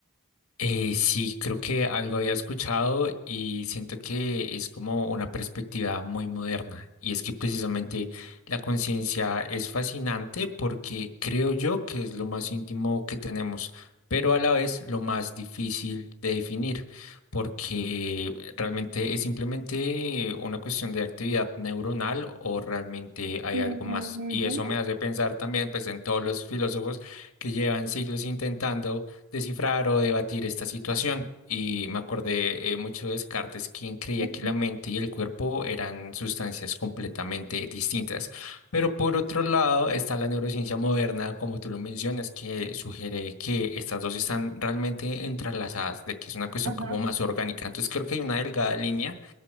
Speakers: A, on the left; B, on the right.
A: Eh, sí, creo que algo había escuchado y siento que es como una perspectiva muy moderna. Y es que precisamente la conciencia es fascinante porque creo yo que es lo más íntimo que tenemos, pero a la vez lo más difícil de definir, porque realmente es simplemente una cuestión de actividad neuronal o realmente hay
B: Ujú,
A: algo más. Y eso me hace pensar también pues en todos los filósofos que llevan siglos intentando descifrar o debatir esta situación. Y me acordé eh, mucho de Descartes, quien creía
B: ujú,
A: que la mente y el cuerpo eran sustancias completamente distintas. Pero por otro lado está la neurociencia moderna, como tú lo mencionas, que sugiere que estas dos están realmente entrelazadas, de que es una cuestión
B: Ajá,
A: como más orgánica. Entonces creo que hay una delgada línea